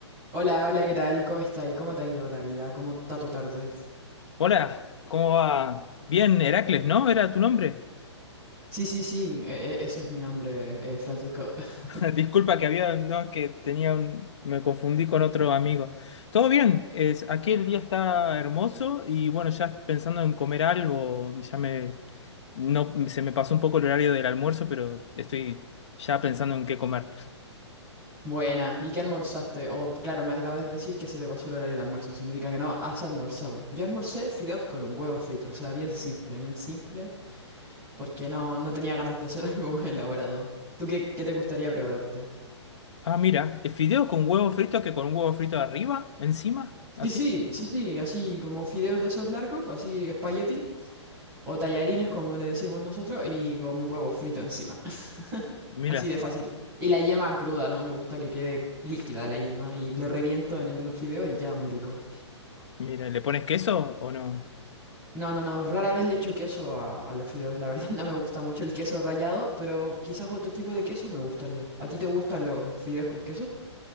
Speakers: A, on the right; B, on the left.
A: Hola, hola, ¿qué tal? ¿Cómo está y ¿Cómo te ha ido la vida? ¿Cómo está tu tarde?
B: Hola, ¿cómo va? Bien, Heracles, ¿no? Era tu nombre.
A: Sí, sí, sí, e- e- ese es mi nombre, eh, Francisco. <laughs>
B: <laughs> Disculpa que había, no, es que tenía un, me confundí con otro amigo. Todo bien, es, aquí el día está hermoso y bueno, ya pensando en comer algo, ya me, no, se me pasó un poco el horario del almuerzo, pero estoy ya pensando en qué comer.
A: Buena, ¿y qué almorzaste? O, claro, me acabas de decir que se te pasó el horario del almuerzo, significa que no has almorzado. Yo almorcé fideos con un huevo frito, o sea, bien simple, bien simple, porque no, no tenía ganas de hacer <laughs> algo más elaborado. ¿Tú qué, qué te gustaría prepararte?
B: Ah, mira, fideo con huevo frito que con un huevo frito arriba, encima, así.
A: Sí, sí, sí, sí, así como fideos de esos largos, así espagueti, o tallarines como le decimos nosotros, y con huevo frito encima.
B: Mira,
A: Así de fácil. Y la yema cruda, ¿no? Me gusta que quede líquida la yema y le reviento en el- los fideos y queda muy rico.
B: mira, ¿le pones queso o no?
A: No, no, no, rara vez le echo queso a, a los fideos, la verdad <laughs> no me gusta mucho el queso rallado, pero quizás otro tipo de queso me gustaría. ¿A ti te gustan los fideos con queso?